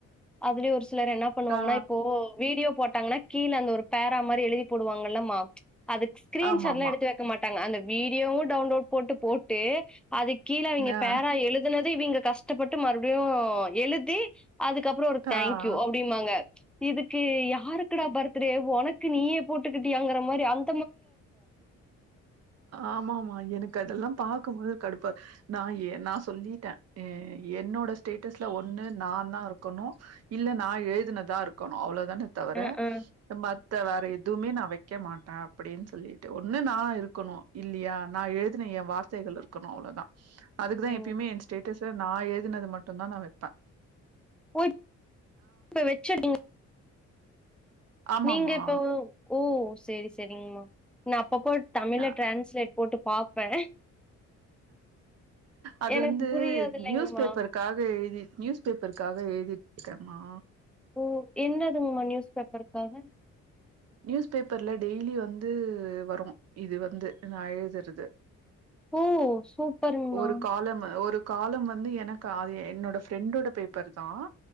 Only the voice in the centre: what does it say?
அதலயே ஒரு சிலர் என்ன பண்ணுவாங்கனா
இப்போ வீடியோ போட் டாங்னா கீழ அந்த ஒரு பேரா மாரி எழுதி போடுவாங்கல்லமா அது ஸ்கிரீன்
ஷாட் எல்லா எடுத்து வெக்க மாட்டாங்க அந்த வீடியோவு டவுன்லோட் போட்டு போட்டு அதுக் கீழ நீங்க
பேரா எழுதுனது இவிங்க கஷ்டப்பட்டு மறுபடியு எழுதி அதுக்கப்புறோ ஒரு தேங்க்யூ
அப்டிம்பாங்க இதுக்கு யாருக்குடா பர் அப்டியே உனக்கு நீயே போட்டுக்கிட்டியாங்குற மாரி அங்
அ, ஆ.
ஓ!
போய் <inaudible>
நீங்க இப்போ ஓ சேரி சேரிங்மா நப் <unintelligible> தமிழ்ல
டிரேன்ஸ்லேட் போட்டு பாப் ப்ப
எனக்கு
புரியாதில்லைங்மா.
ஓ என்னதுங்கம்மா நியூஸ் பேப்பருக்காக
ஓ சூப்பருங்மா